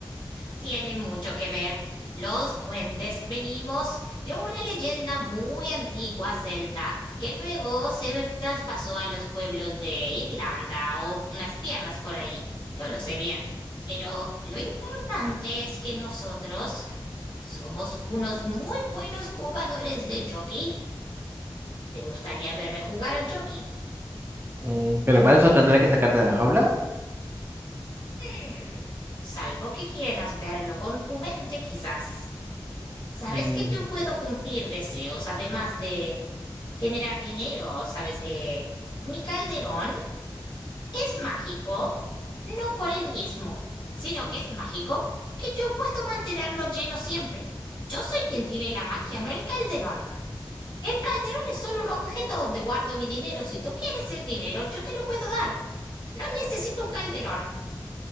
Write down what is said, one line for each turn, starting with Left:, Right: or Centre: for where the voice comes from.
Left: Tiene mucho que ver. Los duendes venimos de una leyenda muy antigua celta que luego se traspasó a los pueblos de Irlanda o unas tierras por ahí. No lo sé bien. Pero lo importante es que nosotros somos unos muy buenos jugadores de jockey. ¿Te gustaría verme jugar al jockey?
Right: Mm, Pero para eso tendré que sacarte de la jaula.
Left: Hmm, salvo que quieras verlo con tu mente, quizás. Sabes
Right: Mm,
Left: que yo puedo cumplir deseos, además de generar dinero. Sabes que mi calderón es mágico, no por él mismo, sino que es mágico que yo puedo mantenerlo lleno siempre. Yo soy quien tiene la magia, no el calderón. El calderón es solo un objeto donde guardo mi dinero. Si tú quieres el dinero, yo te lo puedo dar. No necesito un calderón.